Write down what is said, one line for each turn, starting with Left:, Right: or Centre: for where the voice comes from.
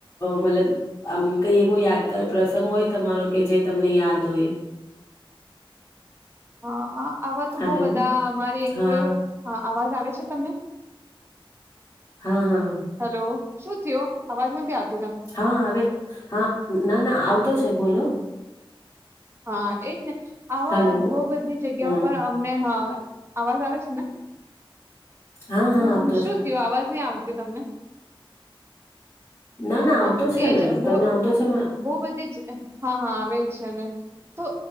Left: મતલબ આમ કઈ એવો યાદગાર પ્રસંગ હોય તમારો કે જે તમને યાદ હોય.
Right: હા હા. આવા તો
Left: હલો
Right: બહ બધા અમારી એક
Left: હા
Right: અવાજ આવે છે. છે તમને
Left: હા હા.
Right: હેલો શું થયો અવાજ નથી આવ્યો.
Left: હા હવે હા ના ના આવતો જ તે બોલો.
Right: હા એ જ ને. આવા
Left: હલો
Right: બહ બધી જગ્યા
Left: હમ
Right: પર અમને હા. અવાજ આવે છે ને.
Left: હા
Right: હ
Left: હા આવતો
Right: હું શું
Left: છે
Right: થયું અવાજ નઈ આવતી. તમને
Left: ના ના
Right: હા
Left: આવતો છે
Right: એજ
Left: ને
Right: બ
Left: તમને આવતો છે
Right: બહુ બધી જ હા હા આવે જ છે ને. તો